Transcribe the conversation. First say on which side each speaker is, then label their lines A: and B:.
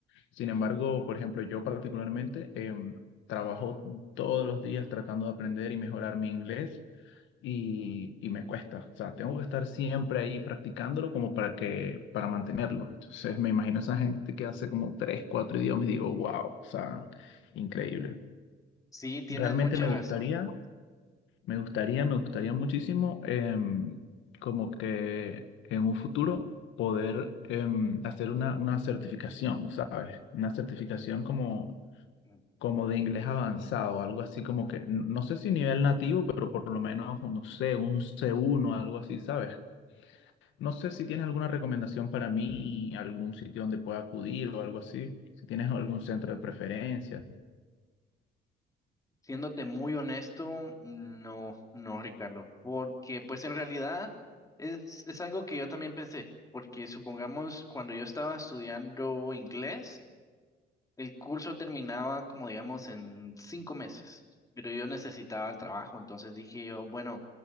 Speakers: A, on the left (about 80°); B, on the left (about 15°).
A: Sin embargo, por ejemplo, yo particularmente em, trabajo todos los días tratando de aprender y mejorar mi inglés. Y,
B: ujú.
A: y me cuesta, o sea, tengo que estar siempre ahí practicándolo como para que, para mantenerlo. Entonces me imagino esa gente que hace como tres, cuatro idiomas y digo, wow, o sea, increíble.
B: Sí, tienes
A: Realmente
B: mucha
A: me
B: razón.
A: gustaría, me gustaría, me gustaría muchísimo em, como que en un futuro poder em, hacer una, una certificación, ¿sabes? Una certificación como,
B: Mm.
A: como de inglés avanzado, algo así como que, n- no sé si nivel nativo, pero por lo menos, no sé, un c uno, algo así, ¿sabes? No sé si tienes alguna recomendación
B: Mm.
A: para mí, algún sitio donde pueda acudir o algo así, si tienes algún centro de preferencia.
B: Siéndote muy honesto, no, no, Ricardo, porque pues en realidad es, es algo que yo también pensé, porque supongamos cuando yo estaba estudiando inglés, el curso terminaba como digamos en cinco meses, pero yo necesitaba el trabajo, entonces dije yo, bueno,